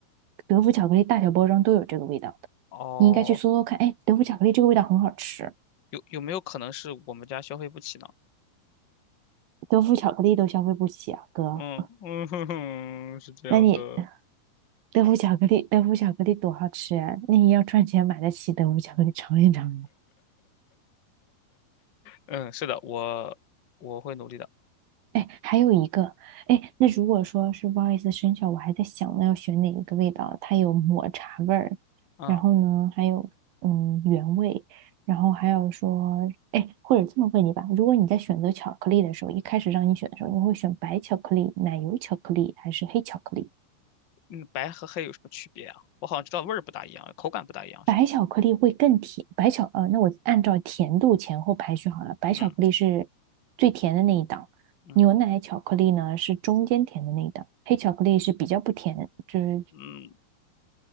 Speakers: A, on the right (about 70°); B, on the left (about 80°).
A: 德芙巧克力大小包装都有这个味道的，
B: 哦，
A: 你应该去搜搜看。哎，德芙巧克力这个味道很好吃，
B: 有有没有可能是我们家消费不起呢？
A: 德芙巧克力都消费不起啊，哥。
B: 嗯嗯哼哼，是这样的，
A: 那你德芙巧克力，德芙巧克力多好吃啊！那你要赚钱买得起德芙巧克力尝一尝呀
B: 嗯，是的，我我会努力的。
A: 哎，还有一个，哎，那如果说是不好意思生肖，我还在想呢要选哪一个味道，它有抹茶味儿，
B: 嗯
A: 然后呢还有嗯原味，然后还有说，哎，或者这么问你吧，如果你在选择巧克力的时候，一开始让你选的时候，你会选白巧克力、奶油巧克力还是黑巧克力？
B: 嗯，白和黑有什么区别啊？我好像知道味儿不大一样，口感不大一样，
A: 白巧克力会更甜，
B: 是吗？
A: 白巧呃，那我按照甜度前后排序好了。白巧克力是最甜的那一档，
B: 嗯嗯
A: 牛奶巧克力呢是中间甜的那一档，黑巧克力是比较不甜，就是
B: 嗯，